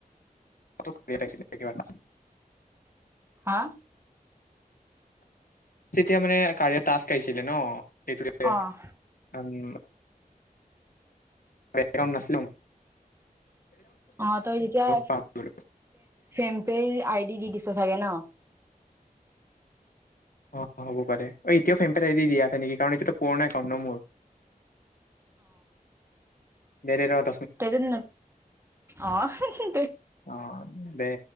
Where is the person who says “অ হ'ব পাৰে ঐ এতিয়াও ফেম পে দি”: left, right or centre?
Left